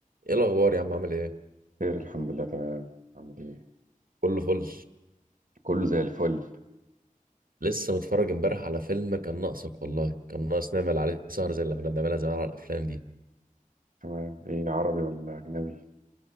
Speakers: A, on the right; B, on the right.
A: ايه الاخبار يا عم عامل ايه
B: خير الحمد لله تمام عامل ايه
A: كله فل
B: كله زي الفل
A: لسه متفرج امبارح على فيلم كان ناقصك والله كان ناقص نعمل عليه سهر زي اللي كنا بنعملها زمان على الافلام دي
B: تمام ايه عربي ولا اجنبي